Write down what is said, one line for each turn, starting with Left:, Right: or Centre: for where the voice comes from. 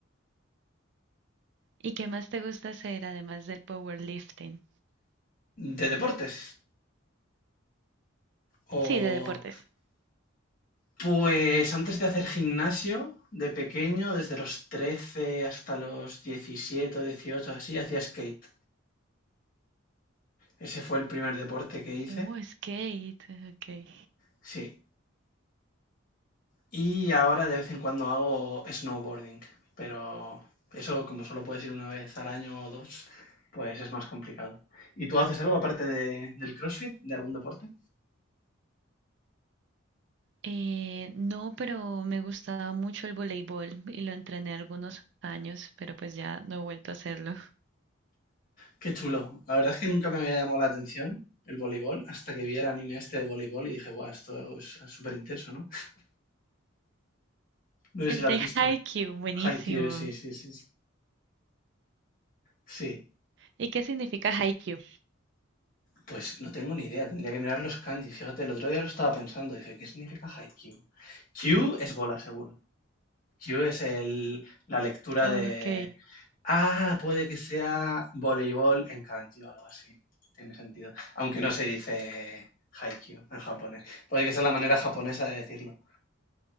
Right: ¿Y qué más te gusta hacer además del powerlifting?
Left: ¿De deportes? O
Right: Sí, de deportes.
Left: pues antes de hacer gimnasio, de pequeño, desde los 13 hasta los 17, o 18, así, hacía skate. Ese fue el primer deporte que hice.
Right: Oh, skate, ok.
Left: Sí. Y ahora de vez en cuando hago snowboarding, pero eso como solo puedes ir una vez al año o dos, pues es más complicado. ¿Y tú haces algo aparte de- del CrossFit, de algún deporte?
Right: Eh, no, pero me gustaba mucho el voleibol y lo entrené algunos años, pero pues ya no he vuelto a hacerlo.
Left: Qué chulo. La verdad es que nunca me había llamado la atención el voleibol hasta que vi el anime este de voleibol y dije, guau, esto es súper intenso, ¿no? No sé
Right: El
Left: si lo
Right: de
Left: has visto.
Right: Haikyuu, buenísimo.
Left: Haikyuu, sí, sí, sí. Sí, Sí,
Right: ¿Y qué significa Haikyuu?
Left: pues no tengo ni idea. Tendría que mirar los kanji. Fíjate, el otro día lo estaba pensando. Dije, ¿qué significa Haikyuu? Q es bola, seguro. Q es el, la lectura
Right: Ok.
Left: de. Ah, puede que sea voleibol en kanji o algo así. Tiene sentido. Aunque no se dice haikyuu en japonés. Puede que sea la manera japonesa de decirlo.